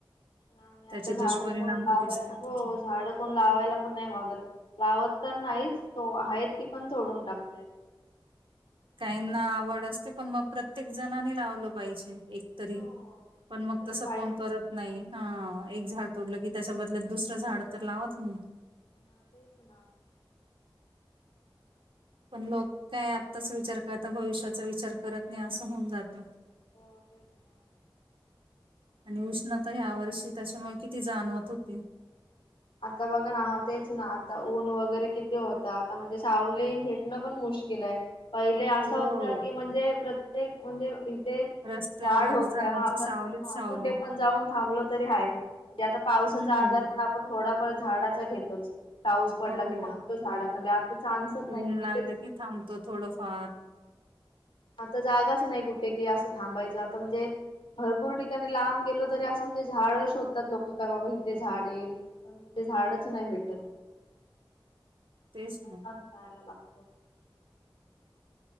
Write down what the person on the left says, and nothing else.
आणि
आता झाड
कोण लाव
हो झाड कोण लावायला पण नाही मागत लावत तर नाही तो आहेत ती पण सोडून टाकतेत
हो हो
एकतरी
पाहिजे.
ना तेच ना <unintelligible>
हो तेच ना.
आता बघ ना तेच ना आता ऊन वगैरे किती होत आता म्हणजे सावली भेटणं पण मुश्कल लाय पहिले असा
होता की म्हणजे प्रत्येक म्हणजे ते
झाड होत
हा
प्रत्येक हा
कुठे पण जाऊन थांबल तरी आहे. म्हणजे आता पावसाचा
आधार पण आपण थोडाफार झाडाचा घेतोच. पाऊस पडला
की थांबतो झाडाखाली आता चान्सच नाहीत
कुठेच?
आता जागाच नाही कुठे कि असं थांबायचं आता म्हणजे. भरपूर ठिकाणी लांब गेलो तरी असं म्हणजे झाडं शोधतात लोक काय बाबा. ते झाडे, ते झाडच नाही भेटत.
जायला लागतो.